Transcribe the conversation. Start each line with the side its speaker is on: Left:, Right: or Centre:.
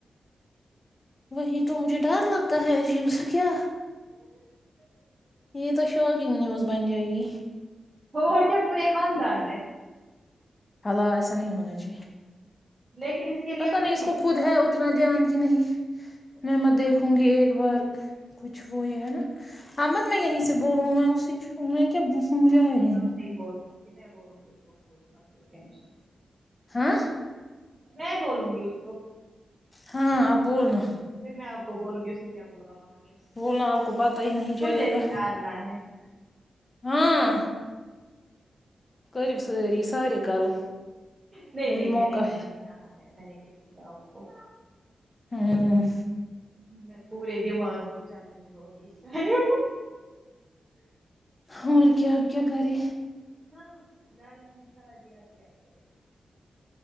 Left: وہی تو مجھے ڈر لگتا ہے عجیب سا کیا یہ تو شوکنگ نیوز بن جائے گی
Right: اور کیا پورے خاندان میں
Left: ہالا ایسا نہیں ہونا چاہیے
Right: لیکن اس کے لیے
Left: پتا
Right: خوشی
Left: نہیں اس
Right: کی
Left: کو خود
Right: بات
Left: ہے اتنا
Right: ہوگی
Left: دھیان کی نہیں میں میں دیکھوں گی ایک بار کچھ وہ یہ ہے نا احمد میں یہیں سے بولوں میں اسی میں کیا <unintelligible>
Right: نہیں
Left: گا
Right: آپ نہیں بول سکتی میں بولوں گی اس کو خود مت لو ٹینشن
Left: ہاں
Right: میں بولوں گی اس کو
Left: ہاں آپ بولنا
Right: پھر میں آپ کو بولوں گی اس نے کیا بولا وہاں سے
Left: بولنا آپ کو پتہ ہی نہیں چلے گا
Right: <unintelligible>
Left: ہاں کرو ساری سارے کرو
Right: نہیں
Left: ابھی
Right: نہیں میں
Left: موقع
Right: نے کھا
Left: ہے
Right: لیا نہ ہاں میں کہ کیا آپ کو
Left: ہاں
Right: میں پورے دماغ سے چل رہی ہوں ابھی اس ٹائم
Left: اور کیا کیا کرے
Right: <unintelligible>